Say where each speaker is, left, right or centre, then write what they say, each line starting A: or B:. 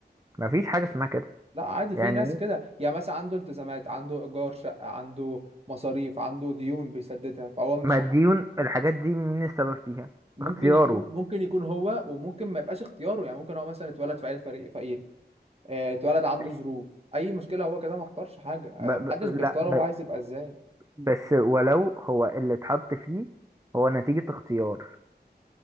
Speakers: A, on the right; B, on the right.
A: مفيش حاجه اسمها كده
B: لا عادي
A: يعني
B: في ناس
A: ايه
B: كده يعني مثلا عنده التزامات عنده ايجار شقه عنده مصاريف عنده ديون بيسددها فهو مش
A: ما الديون
B: عارف
A: الحاجات دي مين السبب فيها
B: ممكن
A: اختياره
B: يكون ممكن يكون هو وممكن ما يبقاش اختياره يعني ممكن هو مثلا اتولد في عيله فري- فقيره آه، اتولد عنده
A: ماشي
B: ظروف اي مشكله هو كده ما اختارش حاجه انا
A: ب... ب...
B: محدش بيختار
A: لا ب...
B: هو عايز يبقى ازاي
A: بس ولو هو اللي اتحط فيه هو نتيجه اختيار